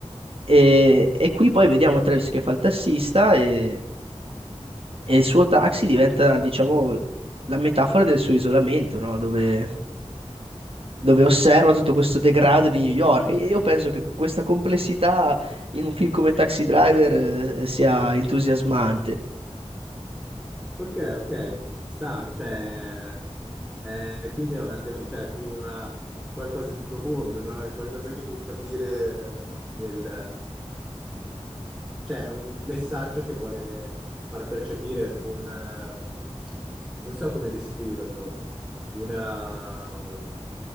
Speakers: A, on the right; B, in the centre.
A: E, e qui poi vediamo Travis che fa il tassista e, e il suo taxi diventa, diciamo, la metafora del suo isolamento, no? Dove dove osserva tutto questo degrado di New York. E Io penso che questa complessità in un film come Taxi Driver eh, sia entusiasmante.
B: Ok, ok, ci sta, cioè, eh, quindi è una te- cioè, è più una, qualcosa di profondo, no? È qualcosa che devi capire nel, cioè, un messaggio che vuole far percepire, tipo un, ehm, non so come descriverlo, una mh,